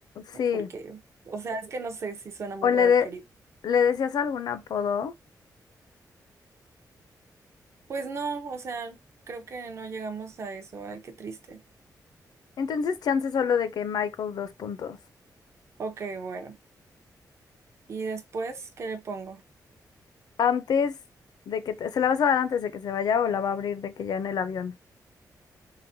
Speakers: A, on the left (about 70°); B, on the right (about 40°).
A: Sí,
B: Porque, o sea, es que no sé si suena muy
A: o le,
B: raro,
A: de-
B: querido.
A: le decías algún apodo.
B: Pues no, o sea, creo que no llegamos a eso, ay, qué triste.
A: Entonces, chance solo de que Michael dos puntos.
B: Ok, bueno. Y después, ¿qué le pongo?
A: Antes de que te- se la vas a dar antes de que se vaya o la va a abrir de que ya en el avión.